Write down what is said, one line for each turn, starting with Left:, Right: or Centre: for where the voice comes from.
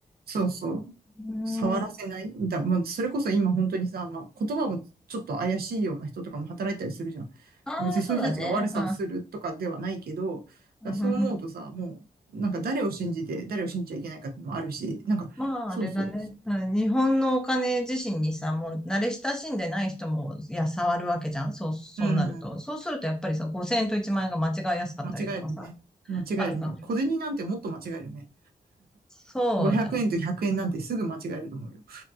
Right: そうそう。
Centre: うー
Right: 触らせないだ、
Centre: ん
Right: まあ、それこそ今本当にさ、まあ、言葉もちょっと怪しいような人とかも働いたりするじゃん。
Centre: ああ、
Right: 別にそういう人たちが悪さをするとかではないけど、
Centre: そうだね。うん。うんうんうん
Right: だそう思うとさ、もう、なんか誰を信じて、誰を信じちゃいけないかっていうのもあるし、なんか、
Centre: まあ、
Right: そうそう。
Centre: あれだね。うん日本のお金自身にさ、もう慣れ親しんでない人も、いや、触るわけじゃん。そう、そうなると。
Right: うん。
Centre: そうすると、やっぱりさ、5000円と1万円が間違いやすかったりとかさ、
Right: 間違えるね。間違えるね。
Centre: あるか。
Right: 小銭なんてもっと間違えるね。
Centre: そうだね。
Right: 500円と100円なんてすぐ間違えると思うよ。